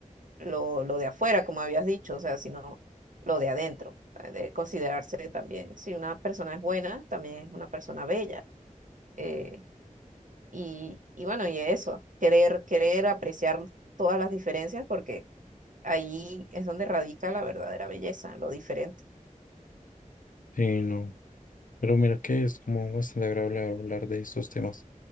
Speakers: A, on the right; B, on the left.
A: lo, lo de afuera, como habías dicho, o sea, sino lo de adentro, o sea, de considerarse también, si una persona es buena, también es una persona bella. Eh, y, y bueno, y eso, querer, querer apreciar todas las diferencias porque ahí es donde radica la verdadera belleza, lo diferente.
B: Sí, no. Pero mira que es como bastante agradable hablar de estos temas.